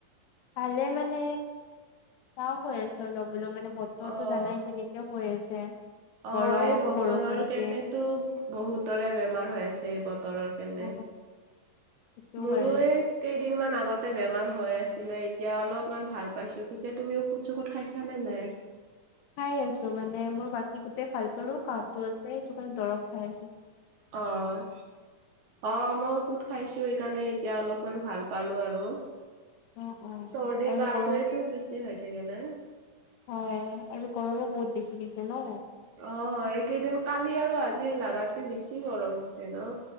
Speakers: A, on the left (about 75°); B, on the right (about 75°).
A: ভালে মানে, কাহ হৈ আছে অলপ বোলো মানে বতৰটো
B: অ',
A: জানাই কেনে কিয় হৈ আছে।
B: অ'
A: গৰম
B: এই
A: আকৌ
B: বতৰৰ
A: বৰষুণ দিয়ে
B: কেণেতো বহুতৰে বেমাৰ হৈ আছে, এই বতৰৰ কেনে।
A: অ সেইটো
B: মোৰো
A: কাৰণে
B: এই কেইদিনমান আগতে বেমাৰ হৈ আছিলে এতিয়া অলপমান ভাল পাইছোঁ। পিছে তুমি ঔষুধ চষুত খাইছানে নাই?
A: খাই আছোঁ মানে মোৰ বাকী গোটেই ভাল পালোঁ কাহটো আছে হেটো কাৰণ দৰৱ খাই আছোঁ।
B: অ'। অ' মই ওষুধ খাইছোঁ হেকাণে এতিয়া অলপমান ভাল পালোঁ আৰু।
A: অ', অ',
B: চৰ্দি
A: আৰু
B: কাহটোৱেটো
A: গৰম
B: বেছি হৈ থাকে না।
A: অ' আৰু গৰমো বহুত বেছি দিছে ন।
B: অ' এইকেইদিন, কালি আৰু আজি লাগাতকে বেছি গৰম হৈছে ন।